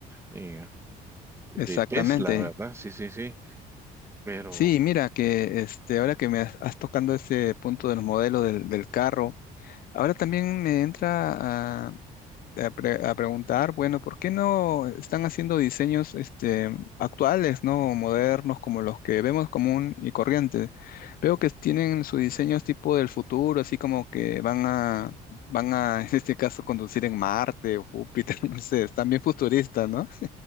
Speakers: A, on the right; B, on the left.
A: eh, de
B: Exactamente.
A: Tesla, ¿verdad? Sí, sí, sí, pero
B: Sí, mira que este, ahora que me has, has tocando ese punto de los modelos del, del carro, ahora también me entra a, pre- a preguntar, bueno, ¿por qué no están haciendo diseños este, actuales, ¿no? Modernos, como los que vemos común y corriente? Veo que tienen sus diseños tipo del futuro, así como que van a, van a, <laughs> en este caso, conducir en Marte o Júpiter, <laughs> no sé, están bien futuristas, ¿no?